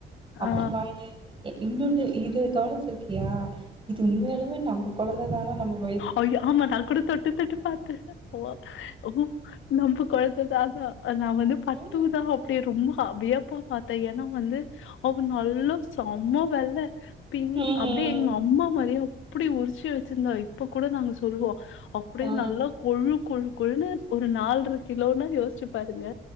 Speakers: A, on the right (about 25°); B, on the left (about 80°).
A: அப்ர்ஸ்
B: ஆ
A: நா எழந்து எழந்து இன்னென்னூ இது கவனிச்சிருக்கியா இது உண்மையாலுமே நம்ம குழந்த தானா நமக்
B: ஐயோ ஆமாக்கா அது கூட தொட்டு தொட்டு பாத்தே ஓ ஓ நம்ப குழந்த தானா நா வந்து பட்தூதா
A: ம்.
B: அப்படியே ரொம்ப அப்டியே பாத் பாத்தே ஏன்னா வந்து அவெ நல்லா செம வெல்ல பிங்
A: ம்.
B: அப்படியே எங்க அம்மா மாரியே அப்புடி உரிச்சி வச்சிருந்தா இப்ப கூட நாங்க சொல்லுவோ அப்படியே
A: ஆ
B: நல்லா கொழு கொழு கொழுன்னூ ஒரு நாள்ர இருக் கிலோனா யோசிச்சு பாருங்க